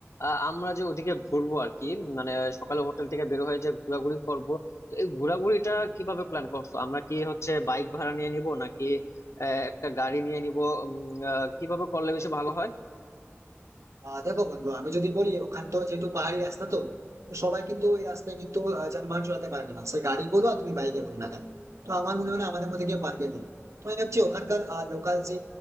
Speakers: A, on the left; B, on the right.
A: আহ, আমরা যে ওদিকে ঘুরবো আর কি মানে সকালে হোটেল থেকে বের হয়ে যে ঘোরাঘুরি করব তো এই ঘোরাঘুরিটা কিভাবে প্ল্যান করছো আমরা কি হচ্ছে বাইক ভাড়া নিয়ে নিব নাকি আহ, একটা গাড়ি নিয়ে নিব উম, আহ, কিভাবে করলে বেশি ভালো হয়
B: আহ দেখো বন্ধু আমি যদি বলি ওখানে তো যেহেতু পাহাড়ি রাস্তা তো তো সবাই কিন্তু ওই রাস্তায় কিন্তু আহ, যানবাহন চালাতে পারবে না সে গাড়ি বলো আর তুমি বাইকে বলো না কেন। তো আমার মনে হয় না আমাদের মধ্যে কেউ পারবে বলে তো আমি ভাবছি ওখানকার লোকাল যে